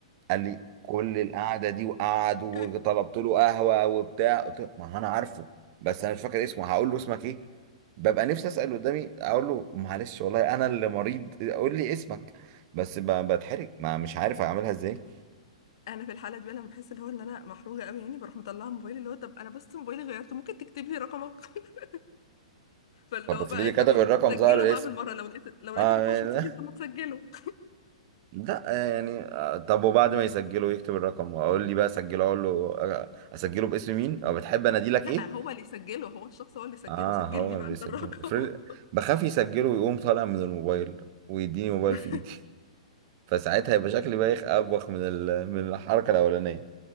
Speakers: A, on the right; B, on the left.
A: قال لي كل القعده دي وقعد وطلبت
B: <laughs>
A: له قهوه وبتاع قلت له ما هو انا عارفه بس انا مش فاكر اسمه هقول له اسمك ايه ببقى نفسي اسال قدامي اقول له معلش والله انا اللي مريض قول لي اسمك بس ب- بتحرج ما مش عارف اعملها ازاي
B: انا في الحاله دي بقى لما بحس اللي هو ان انا محروجه قوي يعني بروح مطلعه موبايلي اللي هو طب انا بس موبايلي غيرته ممكن تكتب لي رقمك <laughs> فاللي
A: طب
B: هو
A: افرضي
B: بقى إيه،
A: كتب
B: طب يعني
A: الرقم
B: سجله
A: ظهر الاسم
B: بقى بالمره لو لقيت لو لقيت
A: اه
B: الرقم
A: يعني-
B: مش متسجل طب
A: <laughs>
B: ما تسجله
A: لا يعني آه، طب وبعد ما يسجله يكتب الرقم واقول لي بقى اسجله اقول له آه، اسجله باسم مين او بتحب اناديلك
B: لا
A: ايه
B: هو اللي يسجله هو الشخص هو اللي يسجله
A: اه
B: سجل
A: هو
B: لي
A: اللي
B: بقى
A: بيسجل
B: انت الرقم
A: افرض بخاف يسجله ويقوم طالع من الموبايل ويديني موبايل
B: <laughs>
A: في ايدي <laughs> فساعتها هيبقى شكلي بايخ ابوخ من ال... من الحركه الاولانيه